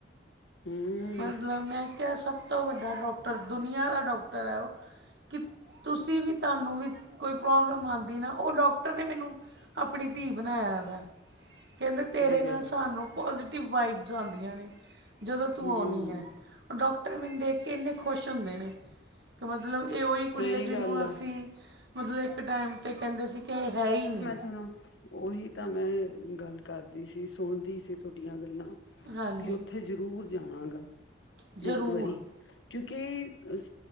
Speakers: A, on the left; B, on the right.
A: ਹੁੰ, ਹੁੰ।
B: ਮਤਲਬ ਮੈਂ ਕਿਆ ਸਭ ਤੋਂ ਵੱਡਾ ਡਾਕਟਰ ਦੁਨੀਆ ਦਾ ਡੋਕਟਰ ਏ ਓ। ਕਿ, ਤੁਸੀਂ ਵੀ ਤਾਨੂੰ ਵੀ, ਕੋਈ ਪ੍ਰੋਬਲਮ ਆਂਦੀ ਨਾ ਓ ਡਾਕਟਰ ਨੇ ਮੈਨੂੰ ਆਪਣੀ ਧੀ ਬਣਾਇਆ ਵੇ। ਕੈਂਦੇ
A: ਸਹੀ
B: ਤੇਰੇ ਨਾਲ
A: ਗੱਲ
B: ਸਾਨੂੰ
A: ਆ
B: ਪਾਜ਼ਿਟਿਵ ਵਾਈਬਸ ਜਾਂਦੀਆਂ ਨੇ, ਜਦੋਂ ਤੂੰ
A: ਹੂੰ
B: ਆਉਣੀ ਏ, ਡਾਕਟਰ ਮੈਨੂੰ ਦੇਖ ਕੇ ਇੰਨੇ ਖੁਸ਼ ਹੁੰਦੇ ਨੇ। ਕਿ ਮਤਲਬ ਏ ਓਈ
A: ਸਹੀ
B: ਕੁੜੀ ਏ ਜਿਹਨੂੰ
A: ਗੱਲ ਆ
B: ਅਸੀਂ ਮਤਲਬ ਇੱਕ ਟੈਮ ਤੇ ਕਹਿੰਦੇ ਸੀ ਕੇ ਹੈ ਈ ਨਈ।
A: ਤਨੋ। ਓਹੀ ਤਾਂ ਮੈਂ ਗੱਲ ਕਰਦੀ ਸੀ ਸੁਣਦੀ ਸੀ ਤੁਹਾਡੀਆਂ ਗੱਲਾਂ।
B: ਹਾਂਜੀ
A: ਵੀ ਉੱਥੇ ਜ਼ਰੂਰ ਜਾਣਾ ਗਾ,
B: ਜ਼ਰੂਰ
A: ਇੱਕ ਵਾਰੀ। ਕਿਉਂਕਿ ਇਸ